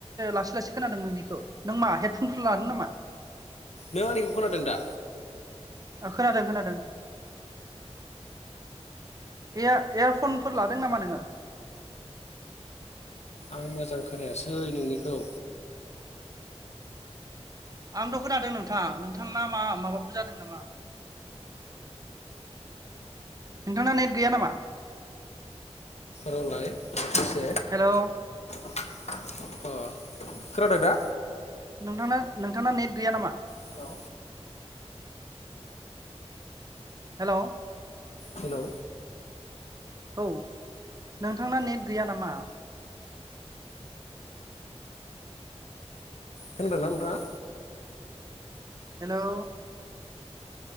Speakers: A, on the right; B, on the left.
A: लासै लासै खोनादों नोंनिखो नों मा हेडफुनफोर लादों नामा।
B: नों आंनिखौ खोनादों दा?
A: ओ खोनादों खोनादों एयाएयारफनफोर लादों नामा नोङो?
B: आं मोजां खोनायासै नोंनिखौ
A: आंथ' खोनादों नोंथां नोंथांना मा माबाफोर जादों नामा। नोंथांना नेट गैया नामा?
B: रलाय सेक
A: हेलौ
B: अ खोनादों ना?
A: नोंथांना नोंथांना नेट गैया नामा?
B: हेलौ
A: हेलौ
B: हेलौ
A: औ नोंथांना नेट गैया नामा?
B: खोनादों ना नोंथाङा?
A: हेलौ